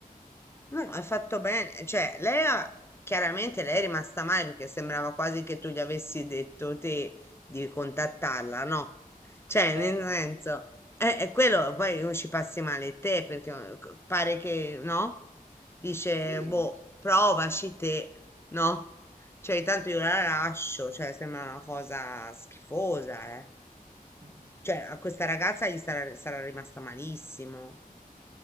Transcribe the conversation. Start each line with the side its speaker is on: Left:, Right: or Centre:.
Left: No, hai fatto bene. Cioè, lei ha- chiaramente lei è rimasta male perché sembrava quasi che tu gli avessi detto te di contattarla, no? Cioè,
Right: Eh,
Left: nel senso, è, è quello, poi o ci passi male te perché eh, c- pare che, no? Dice,
Right: sì.
Left: boh, provaci te, no? Cioè, tanto io la lascio, cioè, sembra una cosa schifosa, eh.
Right: eh.
Left: Cioè, a questa
Right: eh,
Left: ragazza gli sarà, sarà rimasta malissimo.